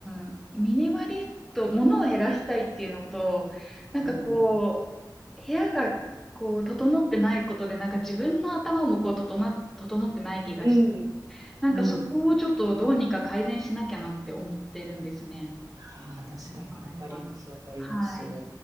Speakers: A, in the centre; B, on the right (about 50°).
A: ん。ミニマリスト、物を減らしたいっていうのと、なんかこ
B: うん。
A: う、部屋がこう、整ってないことで、なんか自分の頭もこう、整っ、整ってない気がして、
B: うん。
A: なんかそこをちょっとどうにか改善しなきゃなって思ってるんですね。
B: うん。ああ、確かにわかります、
A: 場合は。
B: わかります。
A: はい。